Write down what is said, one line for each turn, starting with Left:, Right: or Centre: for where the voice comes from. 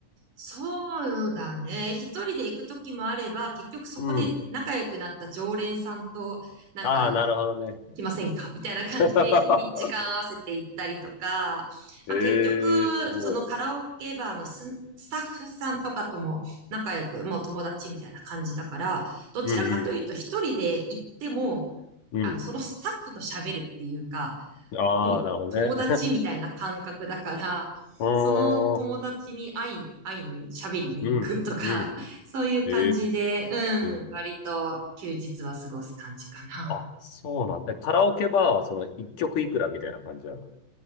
Right: そうだね。一人で行く時もあれば、結局そこで仲良くなった常連さんと、
Left: うん。
Right: なんか、
Left: ああ、なるほどね。
Right: 行きませんかみたいな感じで、
Left: <laughs>
Right: 日に、時間合わせて行ったりとか、
Left: ええすごい。
Right: まあ、結局、そのカラオケバーのス、スタッフさんとかとも仲良く、もう友達みたいな感じだから、どちらかというと一人で行っても、
Left: うんうん。
Right: あの、
Left: うん。
Right: そのスタッフと喋るっていうか、
Left: ああ、
Right: もう友達みたいな感覚だから、
Left: なるほどね。<laughs> うーん。
Right: その友達に会い、会いに喋りに行くとか、
Left: うん。うん。
Right: <laughs> そういう感じで、
Left: え
Right: う
Left: え
Right: ん、割と休日は過ごす感じかな。
Left: あ、そうなんだ。えカラオケバーはその一曲いくらみたいな感じなの。